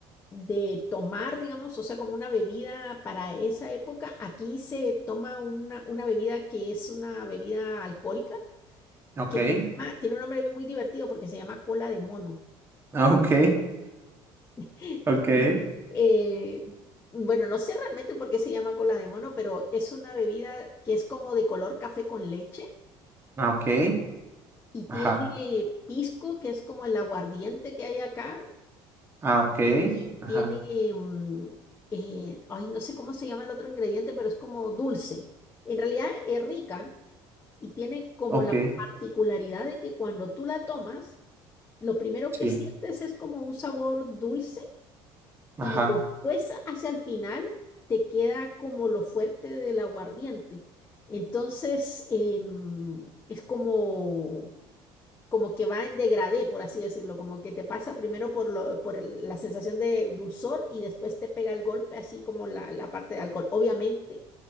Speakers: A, on the left; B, on the right.
A: de tomar, digamos, o sea, como una bebida para esa época, aquí se toma una, una bebida que es una bebida alcohólica,
B: Ok.
A: que
B: <laughs>
A: se llama, tiene un nombre muy divertido porque se llama cola de mono.
B: Ah, ok.
A: <laughs>
B: Ok.
A: Y, eh, bueno, no sé realmente por qué se llama cola de mono, pero es una bebida que es como de color café con leche
B: Ah, ok.
A: y tiene
B: Ajá.
A: pisco, que es como el aguardiente que hay acá,
B: Ah, ok.
A: Y
B: Ajá.
A: tiene, mm, eh, ay, no sé cómo se llama el otro ingrediente, pero es como dulce. En realidad es rica y tiene como
B: Ok.
A: la particularidad de que cuando tú la tomas, lo primero
B: Sí.
A: que sientes es como un sabor dulce
B: Ajá.
A: y después hacia el final te queda como lo fuerte del aguardiente. Entonces, em, es como como que va en degradé, por así decirlo, como que te pasa primero por, lo, por el- la sensación de dulzor y después te pega el golpe, así como la, la parte de alcohol. Obviamente,